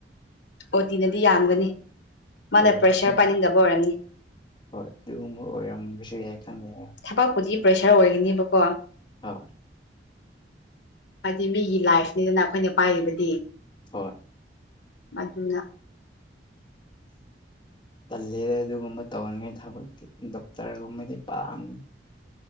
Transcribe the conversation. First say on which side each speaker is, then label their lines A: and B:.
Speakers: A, on the left (about 80°); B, on the left (about 25°).
A: ꯑꯣ ꯇꯤꯅꯗꯤ ꯌꯥꯝꯒꯅꯤ ꯃꯥꯅ
B: ꯍꯣꯏ ꯍꯣꯏ
A: ꯄ꯭ꯔꯦꯁꯔ
B: ꯈꯪ
A: ꯄꯥꯏꯅꯤꯡꯗꯕ ꯍꯔꯅꯤ
B: ꯍꯣꯏ ꯑꯗꯨꯒꯨꯝꯕ ꯑꯣꯏꯔꯝꯕꯁꯨ ꯌꯥꯏ ꯈꯪꯖ
A: ꯑꯄꯥꯛꯄꯨꯗꯤ ꯄ꯭ꯔꯦꯁꯔ ꯑꯣꯏꯒꯅꯤꯕꯀꯣ
B: ꯍꯣꯏ
A: ꯍꯥꯏꯗꯤ ꯃꯤꯒꯤ ꯂꯥꯏꯐꯅꯤꯗꯅ ꯑꯩꯈꯣꯏꯅ ꯄꯥꯏꯔꯤꯕꯗꯤ
B: ꯍꯣꯏ
A: ꯃꯗꯨꯅ
B: ꯇꯜꯂꯦꯗ ꯑꯗꯨꯒꯨꯝꯕ ꯇꯧꯍꯟꯉꯥꯏ ꯊꯕꯤ ꯗꯣꯛꯇꯔꯒꯨꯝꯕꯗꯤ ꯄꯥꯝꯃꯤ